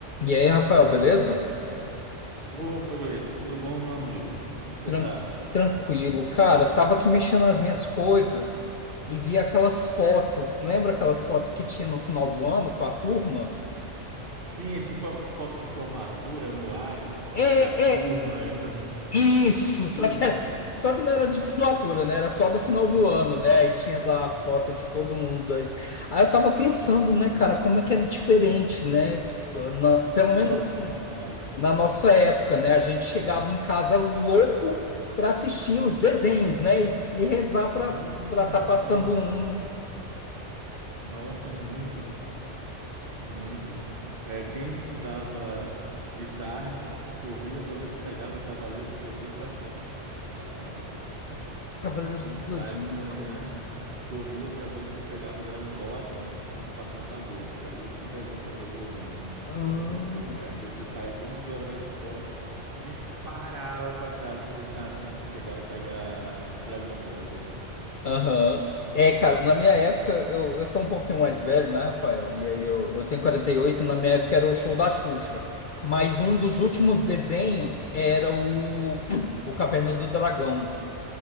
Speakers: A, on the left (about 55°); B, on the right (about 50°).
A: E aí, Rafael, beleza?
B: Opa, Gleice, tudo bom, meu amigo? Como é que você
A: Tran-
B: tá?
A: tranquilo. Cara, tava aqui mexendo nas minhas coisas e vi aquelas fotos. Lembra aquelas fotos que tinha no final do ano com a turma?
B: Sim, é tipo foto de formatura, anuário d-
A: É,
B: da turma, essas,
A: Isso,
B: essas coisas.
A: só que, é, só que não era de <laughs> formatura, né? Era só do final do ano, né? Aí tinha lá a foto de todo mundo. aí Aí eu tava pensando, né, cara, como é que era diferente, né? Na- pelo
B: Nossa,
A: menos assim,
B: demais.
A: na nossa época, né? A gente chegava em casa louco para assistir os desenhos, né? E, e rezar para
B: Sim,
A: para tá
B: nossa,
A: passando um
B: nossa, muito, muito. É, quem estudava de tarde corria para ver se pegava Cavaleiros do Zodíaco a tempo, quando passava na banca.
A: Cavaleiros
B: Quem
A: do
B: estudava
A: Zodíaco.
B: de manhã corria para ver se pegava Dragon Ball a tempo quando passava na Globo, que era o último desenho da TV Globinho,
A: Ah.
B: de 11 e pouca. Às vezes você saía de 11 horas da escola, disparava para casa para ver se dava tempo de chegar para pegar Dragon Ball na TV.
A: Aham. É, cara, na minha época, eu, eu sou um pouquinho mais velho, né, Rafael? E aí eu, eu tenho 48, na minha época era o show da Xuxa. Mas um dos últimos desenhos era o, <clears throat> o Caverna do Dragão.